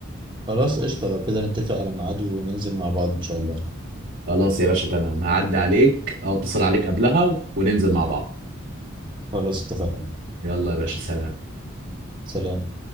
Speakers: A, on the right (about 25°); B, on the right (about 60°).
A: خلاص قشطة لو كده نتفق على ميعاد وننزل مع بعض إن شاء الله
B: خلاص يا باشا تمام هعدي عليك او اتصل عليك قبلها وننزل مع بعض
A: خلاص اتفقنا
B: يلا يا باشا سلام
A: سلام